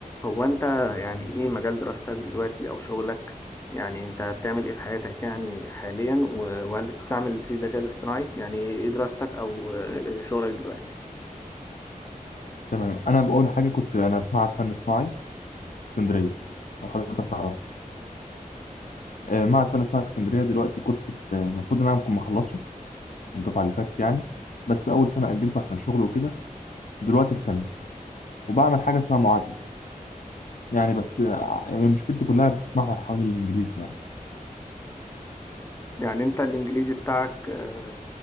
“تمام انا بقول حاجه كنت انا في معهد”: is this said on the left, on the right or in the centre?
Left